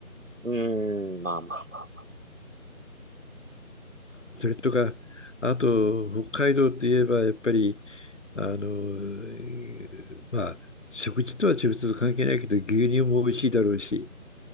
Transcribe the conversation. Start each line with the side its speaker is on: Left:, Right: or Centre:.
Right: うーん、まあまあまあまあ。
Left: それとか、あと、北海道といえば、やっぱり、あの、えーまあ、食事とは直接関係ないけど、牛乳も美味しいだろうし。